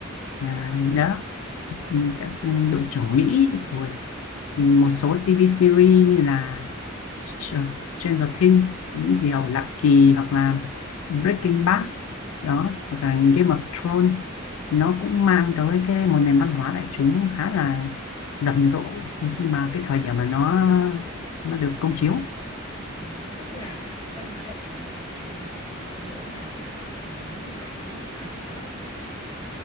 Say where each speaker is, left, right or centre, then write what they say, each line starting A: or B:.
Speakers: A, on the left (about 85°); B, on the left (about 20°).
A: à, đó Ừ, Các uh, đội trưởng Mỹ rồi một số TV series như là Stranger Things những điều lạ kỳ hoặc là Breaking Bad đó hoặc là Game of Thrones nó cũng mang tới cái một nền văn hóa đại chúng khá là rầm rộ khi mà cái thời điểm mà nó nó được công chiếu
B: Ừ, tức là văn hóa đại chúng vậy thì chị hiểu nó có nghĩa là ờ, những cái sản phẩm